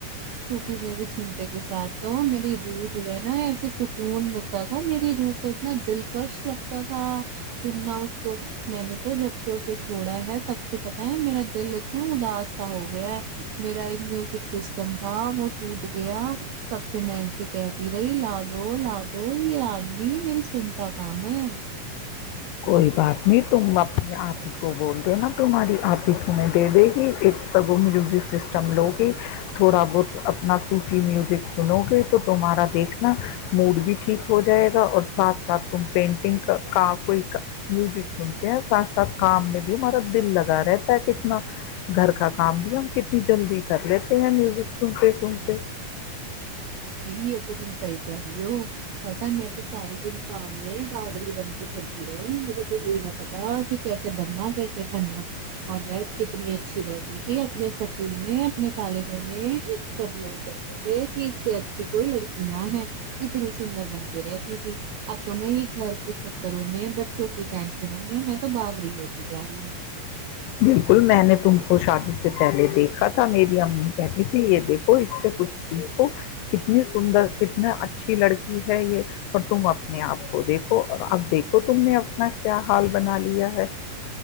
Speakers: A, on the right; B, on the left.
A: صوفی میوزک سنتے کے ساتھ تو میری روح جو ہے نا ایسے سکون ملتا تھا میری روح کو اتنا دلکش لگتا تھا سنا تو میں نے تو جب سے اسے چھوڑا ہے تب سے پتاہ ہے میرا دل اتنا اداس سا ہو گیا ہے میرا ایک میوزک سسٹم تھا وہ ٹوٹ گیا تب سے میں ان سے کہتی رہی لاادو لاادو یہ آدمی میری سنتا کہاں ہے
B: کوئی <unintelligible> بات نہیں تم اپنی آپھی کو بول دینا تمہاری آپھی تمہیں دے دے گی ایک سگو میوزک سسٹم لو گے تھوڑا بہت اپنا سوفی میوزک سنو گے تو تمہارا دیکھنا موڈ بھی ٹھیک ہو جائے گا اور ساتھ ساتھ تم پینٹنگ کا کوئی میوزک سنتے ہیں ساتھ ساتھ کام میں بھی ہمارا دل لگا رہتا ہے کتنا گھر کا کام بھی ہم کتنی جلدی کر لیتے ہیں میوزک سنتے سنتے
A: یہ ہے تو تم صحی کہہ رہی ہو پتا میں تو سارے دن کام ہے باپ <unintelligible> ری بن کے پھرتی رہا ہوں مجھے تولوئی نے پتا کہ کیسے بننا کیسے ٹھننا اور وت کتنی اچھی رہتی تھی اپنے سکول میں اپنے کالجوں میں سب یہی کہتے تھے کہ اس سے کوئی لڑکی نہ ہے اتنی سندر بن کے رہتی تھی اب تو میں یہ گھر کے چکروں میں بچوں کی ٹینشنوں <unintelligible> میں تو بابری ہی ہوتی جا رہی ہوں <unintelligible>
B: بالکل میں نے تم کو شادی سے پہلے دیکھا تھا میری امی کہتی تھی یہ دیکھو اس سے کچھ سیکھو کتنی سندر کتنا اچھی لڑکی ہے یہ اور تم اپنے آپ کو دیکھو اور اب دیکھو تم نے اپنا کیا حال بنا لیا ہے